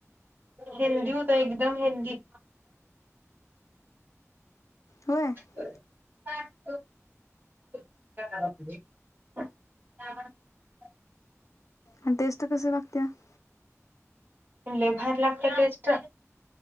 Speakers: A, on the right; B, on the left.
A: हेल्दी होतय, एकदम हेल्दी.
B: होय
A: <inaudible>
B: आणि आणि टेस्ट कसं लाग आगत्या <inaudible>
A: लय भारी लागतिया पेस्ट